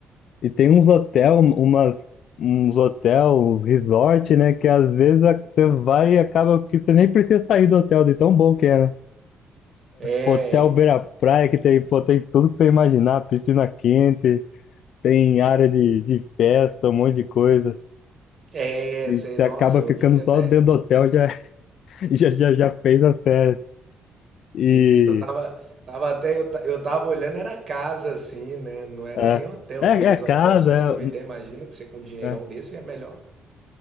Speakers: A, on the left; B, on the right.
A: e tem uns hotel, umas, uns hotel, uns resort, né? Que às vezes a- você vai e acaba que você nem precisa sair do hotel, de tão bom que é, né?
B: É,
A: Hotel Beira Praia, que tem, pô, tem tudo que você imaginar, piscina quente. tem área de, de festa, um monte de coisa.
B: é,
A: E
B: sei,
A: você
B: nossa,
A: acaba
B: eu
A: ficando
B: fiquei até.
A: só dentro do hotel, já, <laughs> já, já, já fez as férias. E
B: E isso, eu tava, tava até, eu, ta- eu tava olhando, era casa, assim, né? Não era
A: é,
B: nem hotel,
A: é,
B: não, mas
A: é casa,
B: hotel você me deu uma ideia.
A: é,
B: Imagina que você com um dinheirão
A: um, é
B: desse é melhor,